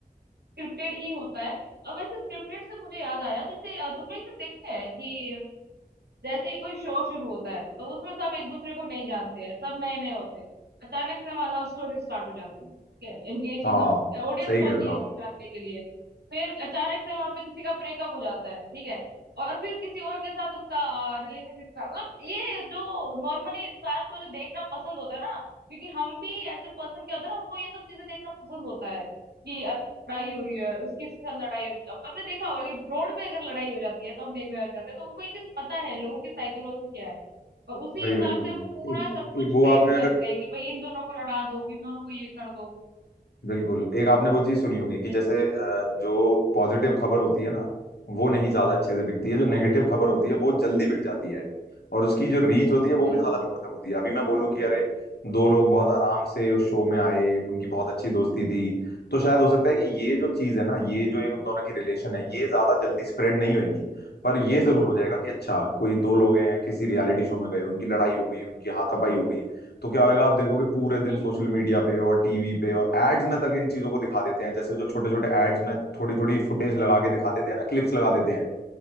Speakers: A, on the right; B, on the left.
A: स्क्रिप्टेड ही होता है और वैसे स्क्रिप्टेड से मुझे याद आया जैसे अ, तुमने इसे देखा है कि जैसे ही कोई शो शुरू होता है तो उसमें सब एक दूसरे को नहीं जानते हैं सब नए नए होते हैं अचानक से वहां लव स्टोरी स्टार्ट हो जाती है ठीक है एंगेजिंग
B: हाँ
A: अप ऑडियंस
B: सही
A: को
B: कह
A: एंगेज
B: रहे हो आप
A: करने के लिए फिर अचानक से वहां पे किसी का ब्रेकअप हो जाता है ठीक है और फिर किसी और के साथ उसका रिलेशनशिप का मतलब ये जो नॉर्मली इंसान को जो देखना पसंद होता है ना क्योंकि हम भी एज ए पर्सन क्या होता है ना हमको ये सब चीजें देखना पसंद होता है कि लड़ाई हो रही है उसकी इसके साथ लड़ाई हो गई तो अब आपने देखा होगा कि रोड पे अगर लड़ाई हो जाती है तो हम देखने लग जाते हैं तो उनको ये चीज पता है लोगों की साइकोलॉजी क्या है और उसी
B: वही
A: हिसाब
B: वही वही
A: से वो पूरा
B: एक-
A: सब कुछ
B: एक वो
A: फ्रेम
B: आपने अगर
A: करते हैं कि भाई इन दोनों को लड़ा दो इन दोनों को ये कर दो
B: बिल्कुल एक आपने वो चीज सुनी होगी कि
A: बिल्कुल
B: जैसे अ, जो पॉजिटिव खबर होती है ना वो नहीं ज्यादा अच्छे से बिकती
A: हम्म
B: है जो
A: हम्म,
B: नेगेटिव खबर होती है वो जल्दी बिक जाती है और उसकी जो रीच होती है वो
A: बिल्कुल
B: भी ज्यादा लोगों तक होती है अभी मैं बोलूँ कि अरे दो लोग बहुत आराम से उस शो में आए उनकी बहुत अच्छी दोस्ती थी तो शायद हो सकता है कि ये जो चीज है ना ये जो एक उन दोनों की रिलेशन है ये ज्यादा जल्दी स्प्रेड नहीं होगी पर ये जरूर हो जाएगा कि अच्छा कोई दो
A: हम्म
B: लोग हैं किसी रियलिटी शो में गए उनकी लड़ाई हो गई उनकी हाथापाई हो गई तो क्या होगा आप देखोगे पूरे दिन
A: हम्म
B: सोशल
A: हम्म,
B: मीडिया
A: हम्म।
B: पे और टीवी पे और एड्स में तक इन चीजों को दिखा देते हैं जैसे जो छोटे छोटे एड्स में थोड़ी थोड़ी फुटेज लगा के दिखा देते हैं ना क्लिप्स लगा देते हैं